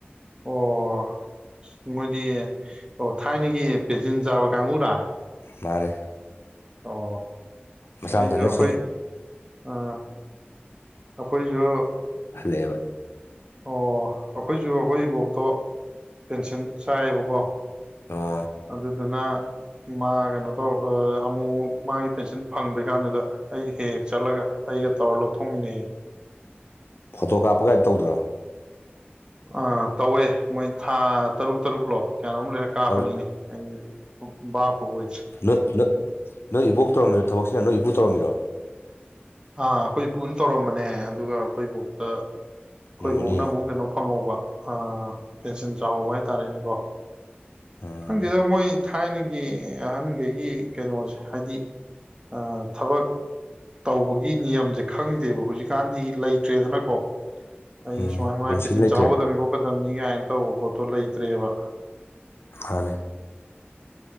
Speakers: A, on the right; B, on the left.
A: ꯑꯣ ꯃꯣꯏꯗꯤ ꯑꯣ ꯊꯥꯏꯅꯒꯤ ꯄꯦꯟꯁꯤꯟ ꯆꯥꯕ ꯀꯥꯡꯕꯨꯨꯔꯥ
B: ꯃꯥꯅꯦ
A: ꯑꯣ
B: ꯃꯁꯥ
A: ꯑꯩꯁꯨ
B: ꯃꯊꯟꯇ
A: ꯑꯩꯈꯣꯏ
B: ꯁꯨꯝ
A: ꯑꯥ ꯑꯩꯈꯣꯏꯁꯨ
B: ꯂꯦꯕ
A: ꯑꯣ ꯑꯩꯈꯣꯏꯁꯨ ꯑꯩꯈꯣꯏ ꯏꯐꯣꯛꯇꯣ ꯄꯦꯟꯁꯤꯜ ꯆꯥꯏꯌꯦꯕꯀꯣ
B: ꯑꯣ
A: ꯑꯗꯨꯗꯨꯅ ꯃꯥ ꯀꯩꯅꯣ ꯇꯧꯔ ꯑꯃꯨꯛꯛ ꯃꯥꯒꯤ ꯄꯦꯟꯁꯤꯟ ꯐꯡꯔꯩ ꯀꯥꯟꯗꯨꯗ ꯑꯩꯒ ꯍꯦꯛ ꯍꯦꯛ ꯆꯠꯂꯒ ꯑꯩꯒ ꯇꯧꯔ ꯂꯧꯊꯣꯛꯃꯤꯟꯅꯩ ꯌꯦ
B: ꯐꯣꯇꯣ ꯀꯥꯞꯄ ꯀꯥꯏ ꯇꯧꯗ꯭ꯔꯣ
A: ꯑꯥ ꯇꯧꯋꯦ ꯃꯣꯏ ꯊꯥ ꯇꯔꯨꯛ ꯇꯔꯨꯛꯂꯣ ꯀꯌꯥꯅꯣꯝ ꯂꯩꯔꯒ ꯀꯥꯞꯄꯅꯤꯅꯦ
B: ꯇꯔꯨꯛ
A: ꯑꯩ ꯕꯥꯄ ꯑꯣꯏ
B: ꯅ ꯅ ꯅ ꯏꯕꯣꯛ ꯇꯧꯔ ꯊꯕꯛꯁꯤꯅ ꯅꯣꯏ ꯏꯄꯨ ꯇꯧꯔꯝꯃꯤꯔꯣ
A: ꯑꯥ ꯑꯩꯈꯣꯏ ꯄꯨꯅ ꯇꯧꯔꯝꯕꯅꯦ ꯑꯗꯨꯒ ꯑꯩꯈꯣꯏ ꯏꯕꯣꯛꯇ ꯑꯩꯈꯣꯌ
B: ꯅꯣꯃꯤꯅꯤ
A: ꯏꯕꯣꯛꯅ ꯑꯃꯨꯛ ꯀꯩꯅꯣ ꯐꯡꯍꯧꯕ ꯑꯥ ꯄꯦꯟꯁꯤꯟ ꯆꯥꯍꯧꯕ ꯍꯥꯏꯇꯥꯔꯦꯅꯦꯀꯣ
B: ꯎꯝ
A: ꯈꯡꯗꯗ ꯃꯣꯏ ꯊꯥꯏꯅꯒꯤ ꯑꯍꯟꯈꯩꯒꯤ ꯀꯩꯅꯣꯁꯦ ꯍꯥꯏꯗꯤ ꯑ ꯊꯕꯛ ꯇꯧꯕꯒꯤ ꯅꯤꯌꯝꯁꯦ ꯈꯪꯗꯦꯕ ꯍꯧꯖꯤꯛꯀꯥꯟꯗꯤ ꯂꯩꯇ꯭ꯔꯦꯗꯅꯀꯣ ꯑꯩ
B: ꯎꯝ
A: ꯁꯨꯃꯥꯏ ꯁꯨꯃꯥꯏꯅ
B: ꯄꯦꯟꯁꯤꯜ
A: ꯄꯦꯟꯁꯤꯟ
B: ꯂꯩꯇ꯭ꯔꯦ
A: ꯆꯥꯎꯍꯒꯗꯕꯅꯤ ꯈꯣꯠꯀꯗꯕꯅꯤ ꯀꯥꯏꯅ ꯇꯧꯕ ꯄꯣꯠꯇꯣ ꯂꯩꯇ꯭ꯔꯦꯕ
B: ꯍꯅꯦ